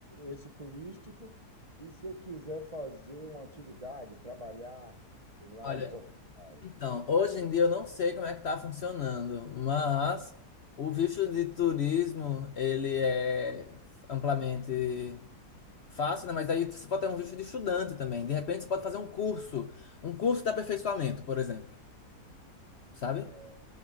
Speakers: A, on the right (about 30°); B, on the left (about 50°).
A: esse turístico, e se eu quiser fazer uma atividade, trabalhar lá
B: Olha.
A: em Portugal,
B: Então, hoje em dia eu não sei como é que tá funcionando, mas o visto de turismo, ele é amplamente fácil, né? Mas aí você pode ter um visto de estudante também. De repente você pode fazer um curso, um curso de aperfeiçoamento, por exemplo, sabe?
A: é